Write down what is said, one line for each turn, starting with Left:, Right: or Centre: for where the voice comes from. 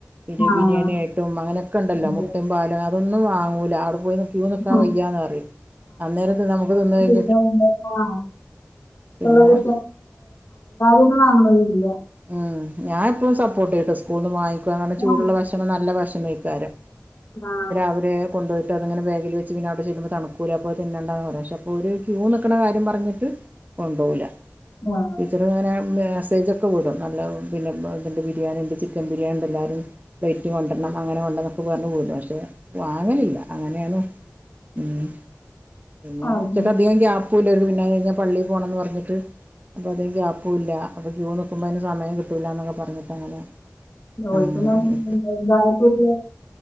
Right: പിരി
Left: ആഹ്.
Right: ബിരിയാണി ആയിട്ടും അങ്ങനെയൊക്കെ ഉണ്ടല്ലോ
Left: അതെ.
Right: മുട്ടയും പാലും അതൊന്നും വാങ്ങൂല അവിടെ പോയി നി ക്യൂ നിക്കാൻ
Left: ആഹ്.
Right: വയ്യാന്ന് പറയും അന്നേരത്തെ നമുക്ക് നിന്ന് കഴി
Left: <unintelligible>
Right: പിന്നെ
Left: എല്ലാരും ഒന്നും വാങ്ങണമെന്നില്ല
Right: ഉം ഞാൻ എപ്പോഴും സപ്പോർട്ട് ചെയ്യൂട്ടോ സ്കൂള്ന്ന് വാങ്ങിക്കുവാ ആണെ
Left: ആഹ്.
Right: ചൂടുള്ള ഭക്ഷണം നല്ല ഭക്ഷണം കഴിക്കാര്.
Left: ആഹ്
Right: അവരെ കൊണ്ട് പോയിട്ട് അതിങ്ങനെ ബേഗിൽ വച്ച് പിന്നെ അവിടെ ചെല്ലുമ്പോൾ തണുക്കും തിന്നണ്ടാന്ന് പറയും പക്ഷേ അപ്പോൾ ഒരു കാര്യം പറഞ്ഞിട്ട് കൊണ്ടുപോവില്ല
Left: ആഹ്.
Right: ടീച്ചർ ഇങ്ങനെ മെസ്സേജൊക്കെ വിടും നല്ല പിന്നെ ഇതുണ്ട് ബിരിയാണി ഉണ്ട് ചിക്കൻ ബിരിയാണി ഉണ്ട് എല്ലാരും പ്ലേറ്റ് കൊണ്ടുവരണം അങ്ങനെ കൊണ്ട് <unintelligible> പഷെ വാങ്ങലില്ല അങ്ങനെയാണ് ഉം പിന്നെ
Left: ആഹ്.
Right: ഉച്ച അധികം ഗ്യാപ്പുവില്ല ഒരു പിന്നെ കഴിഞ്ഞാൽ പള്ളിയിൽ പോണന്ന് പറഞ്ഞിട്ട് അപ്പം അധികം ഗ്യാ ക്കൂല അപ്പൊ ക്യൂ നിക്കുമ്പോ അതിന് സമയം കിട്ടൂല്ല എന്നൊക്കെ പറഞ്ഞിട്ട് അങ്ങനെ
Left: ഓൽക്ക്
Right: ആഹ്
Left: തന്നെ ഇതായിട്ടുള്ള